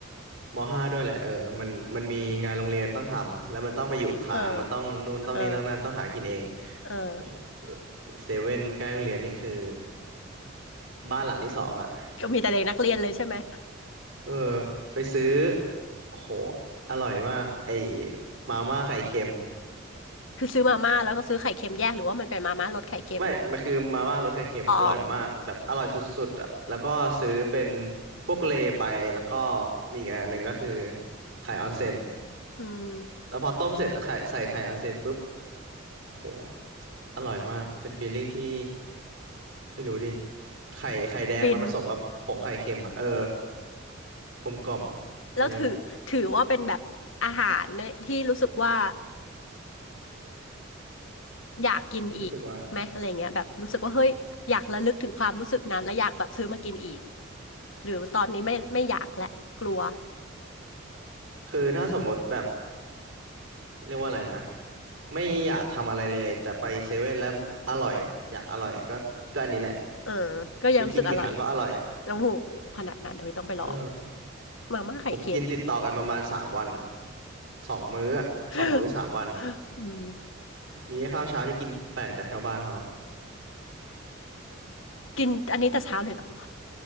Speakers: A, on the right; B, on the left.
A: มห้าด้วยแหละเออมันมันมีงานโรงเรียนต้องทำแล้วมันต้องไปอยู่ค้างมันต้องนู่นต้องนี่ต้องนั่นต้องหากินเอง
B: เออเออเออ
A: โอ้โหเซเว่นใกล้โรงเรียนนี่คือบ้านหลังที่สองอ่ะ
B: ก็มีแต่เด็กนักเรียนเลยใช่ไหม
A: เออไปซื้อโอ้โหอร่อยมากไอ้มาม่าไข่เค็ม
B: คือซื้อมาม่าแล้วก็ซื้อไข่เค็มแยกหรือว่ามันเป็นมาม่ารสไข่เค็ม
A: ไม่มันคือมาม่ารสไข่เค็มอร่อยมากแบบอร่อยสุดๆอ่ะแล้วก็ซื้อเป็น
B: อ๋อ
A: พวกเลไปแล้วก็มีอีกอันหนึ่งก็คือไข่ออนเซ็น
B: อืม
A: แล้วพอต้มเสร็จไข่ใส่ไข่ออนเซนปุ๊บโหอร่อยมากเป็นฟีลลิ่งที่ไม่รู้ดิไข่ไข่แดงมันผสมกับผงไข่เค็มอ่ะเออ
B: ฟิน
A: กลมกล่อม
B: แล้วถือถือว่าเป็นแบบอาหารเนี่ยที่รู้สึกว่า
A: แค่นั้นแหละ
B: อยากกินอีกไหมอะไรเงี้ยแบบรู้สึกว่าเฮ้ยอยากระลึกถึงความรู้สึกนั้นแล้วอยากแบบซื้อมากินอีก
A: รู้สึกว่า
B: หรือตอนนี้ไม่ไม่อยากและกลัว
A: คือถ้าสมมติแบบเรียกว่าอะไรนะไม่อยากทำอะไรเลยแต่ไปเซเว่นแล้วอร่อยอ่ะอยากอร่อยก็ก็อันนี้แหละ
B: เออก็ยังรู้สึกอร่อยอยู่
A: จะกินกี่ครั้งก็อร่อยอ่ะ
B: โอ้โหขนาดนั้นเลยต้องไปลอง
A: เออ
B: มาม่าไข่เค็ม
A: ผมกินติดต่อกันประมาณสามวันอ่ะสองมื้ออ่ะสองมื้อสามวันอ่ะ
B: <laughs> อืม
A: มีแค่ข้าวเช้าที่กินแปลกจากชาวบ้านเขา
B: กินอันนี้แต่เช้าเลยเหรอ